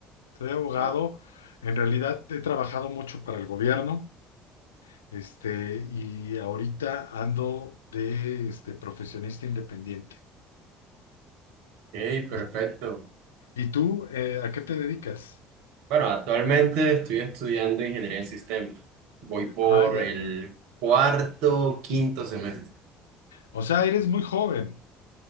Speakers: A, on the left; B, on the right.
A: soy abogado.
B: Ah,
A: En realidad he trabajado mucho para el gobierno, este, y ahorita ando de este profesionista independiente.
B: ok, perfecto.
A: ¿Y, y tú, eh, a qué te dedicas?
B: Bueno, actualmente estoy estudiando ingeniería en sistemas. Voy por
A: Ah, ya.
B: el cuarto, quinto semestre.
A: O sea, eres muy joven.